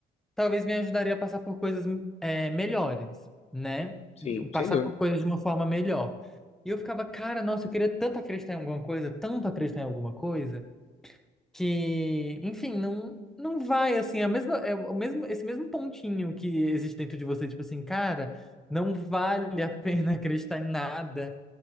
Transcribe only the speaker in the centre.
talvez me ajudaria a passar por coisas é, melhores, né?
De- Passar
por coisas de uma forma melhor. E eu ficava, cara, nossa, eu queria tanto acreditar em alguma coisa, tanto acreditar em alguma coisa que, enfim, não não vai assim, é a mesma é o mesmo esse mesmo pontinho que existe dentro de você, tipo assim, cara, não vale a pena <laughs> acreditar em nada,